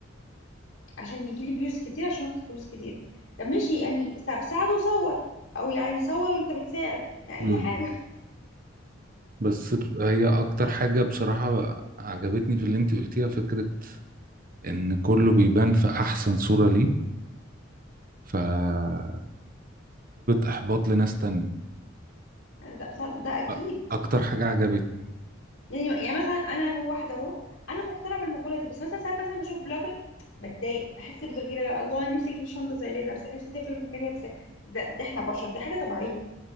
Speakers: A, on the left; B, on the right.
A: عشان يجيلي فيوز كتير عشان آخد فلوس كتير طب ماشي يعني ساعد- ساعده وصور أو يعني صور وأنت بتساعد يعني
B: امم
A: أي حاجة
B: بس ب- هي اكتر حاجة بصراحة عجبتني في اللي انتي قلتيها فكرة ان كله بيبان في احسن صورة ليه فسببت احباط لناس تانية
A: <laughs> ده, ده, ده أكيد
B: أ- اكتر حاجة عجبتني
A: يعني يعني مثلا أنا هو واحدة أهو أنا مقتنعة بالمقولة دي بس مثلا ساعات مثلا بشوف بلوجر بتضايق بحس بالغيرة لو الله أنا نفسي أجيب شنطة زي اللي هي لابسة نفسي أسافر المكان اللي هي لابساه ده, ده إحنا بشر دي حاجة طبيعية